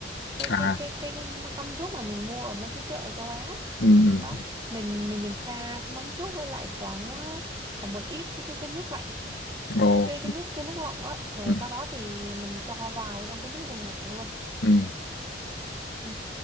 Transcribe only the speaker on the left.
À.
Ừ ừ.
Ồ.
Ừ.
Ừ.